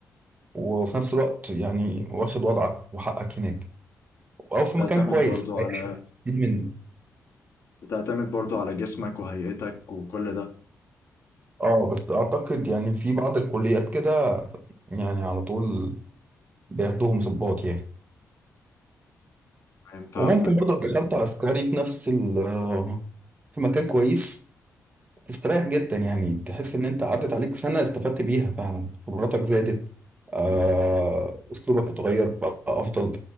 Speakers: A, on the right; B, on the left.
A: وفي نفس الوقت يعني واخد وضعك وحقك هناك او في
B: بتعتمد
A: مكان كويس
B: برضو على
A: اي حاجه تستفيد منه
B: بتعتمد برضو على جسمك وهيئتك وكل ده
A: اه بس اعتقد يعني في بعض الكليات كده يعني على طول بياخدوهم ضباط يعني
B: فاهم- فهمتك
A: وممكن برضه لو دخلت عسكري في نفس ال آه، في مكان كويس استريح جدا يعني تحس ان انت عدت عليك سنة استفدت بيها فعلا خبراتك زادت آه، اسلوبك اتغير بقى افضل